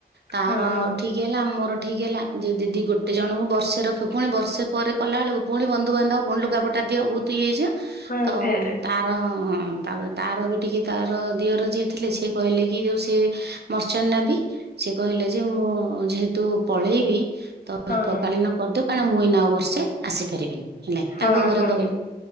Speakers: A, on the right (about 70°); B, on the left (about 55°).
A: ତାହାର
B: ହଁ ହଁ
A: ଠିକ୍ ହେଲା ମୋର ଠିକ ହେଲା ଯେ ଯଦି ଗୋଟେ ଜଣଙ୍କୁ ବର୍ଷେ ରଖିବୁ ପୁଣି ବର୍ଷେ ପରେ କଲା ବେଳକୁ ପୁଣି ବନ୍ଧୁବାନ୍ଧବ ପୁଣି ଲୁଗାପଟା ଦିଅ ବହୁତ ଇଏ ହେଇଯିବ
B: ହଁ
A: ତ
B: ଫେରେ
A: ତାର ହଁ ତାପରେ ତାର ବି ଟିକେ ତାର ଦିଅର ଯିଏ ଥିଲେ ସିଏ କହିଲେ କି ଯେଉଁ ସିଏ ମର୍ଚେଣ୍ନ ନେଭି। ସେ କହିଲେ ଯେ ମୁଁ ଯେହେତୁ ପଳେଇବି ତ
B: ହଁ
A: ଏକକାଳୀନ କରିଦେ କାରଣ ମୁଁ ଏଇନା ଆଉ ବର୍ଷେ ଆସିପାରିବିନି। ହେଲାକି
B: ହଁ
A: ତାଙ୍କ ଘରେ
B: ହଁ
A: କହିଲେ